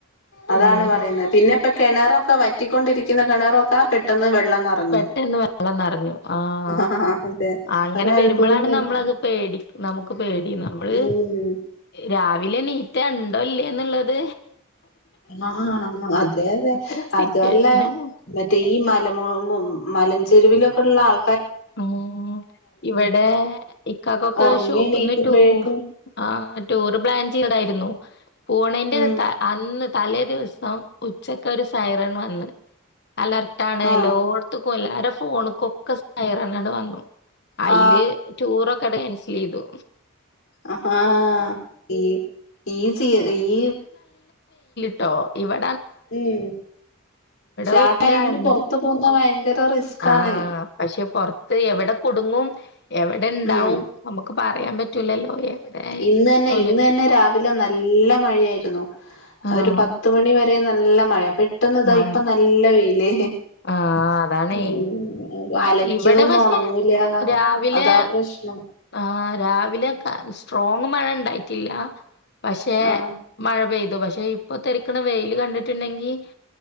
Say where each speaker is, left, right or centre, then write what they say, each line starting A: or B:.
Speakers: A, on the left (about 65°); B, on the left (about 50°).
A: അതാണ്
B: അങ്ങനെ
A: പറയുന്നത് പിന്നെ ഇപ്പം കെണറൊ ഒക്കെ വറ്റിക്കൊണ്ടിരിക്കുന്ന കെ ണറൊക്കെ പെട്ടെന്ന് വെള്ളം നിറഞ്ഞ്
B: പെട്ടെന്ന് വെള്ളം നറഞ്ഞു. ആഹ്
A: ആ അതെ
B: അങ്ങനെ
A: ഒരത്ഭുതം
B: വരുമ്പളാണ്
A: തന്നെ
B: നമ്മളത് പേടി നമുക്ക് പേടി നമ്മള്
A: ഉം
B: രാവിലെ ണി ക്ക്യഉണ്ടോ ഇല്ലേന്ന്ള്ളത്
A: ആഹ് അതെ അതെ
B: ഒരു സിറ്റുവേഷനാണ്.
A: അതല്ല മെറ്റേ ഈ മല മു മലഞ്ചെരുവിലൊക്കെ ഉള്ള ആൾ
B: ഉം ഇവടെ ഇക്കാക്കൊക്കെ
A: ഉറങ്ങി
B: ഷോപ്പ്ന്ന്
A: എണീക്കുമ്പോഴേക്കും
B: ടൂ ആഹ് ടൂറ് പ്ലാൻ ചെയ്തായിരുന്നു. പോണേന്റെ
A: ഉം
B: ത അന്ന് തലേ ദിവസം ഉച്ചക്ക് ഒരു സൈറൺ വന്ന്. അലർട് ആണല്ലോ
A: ആ
B: എല്ലോട്ത്തും. പ്പൊ എല്ലാരെ ഫോണിക്കൊക്കെസ് കയറനാട് വന്നു. അയ്ല്
A: ആ
B: ടൂറൊക്കെട് ക്യേൻസലെയ്തു.
A: അഹ് ആഹ് ഈ ഈ സീ ഈ
B: ട്ടോ ഇവി
A: ഉം പക്ഷെ
B: വെയിലായിരുന്നു.
A: ആ ടൈമിന് പൊറത്തു പോകുന്ന ഭയങ്കര റിസ്ക്കാണ്.
B: ആഹ് പക്ഷെ പൊറത്ത് എവിടെ കുടുങ്ങും എവടെ ഇണ്ടാവും
A: ഉം
B: നമുക്ക് പറയാൻ പറ്റൂലല്ലോ എവിടെ
A: ഇന്ന് തന്നെ
B: ഓല്
A: ഇന്ന് തന്നെ രാവിലെ നല്ല മഴയായിരുന്നു.
B: ആഹ്
A: ഒരു പത്ത് മണി വരെയും നൽ നല്ല മഴയാ പെട്ട് പെട്ടെന്ന് ഇതാ
B: മഴ
A: ഇപ്പ നല്ല വെയില്
B: ആഹ് അതാണേ
A: ഉം അലക്കിയതൊന്നും
B: ഇവിടെ പക്ഷെ
A: ഉണങ്ങൂല
B: രാവിലെ
A: അതാ പ്രശ്നം
B: ആഹ് രാവിലെ ക സ്ട്രോങ് മഴ ഇണ്ടായിട്ടില്ല പക്ഷെ
A: ആഹ്
B: മഴ പെയ്തു പക്ഷെ ഇപ്പൊ തിളക്കുന്ന വെയില് കണ്ടിട്ടുണ്ടെങ്കിൽ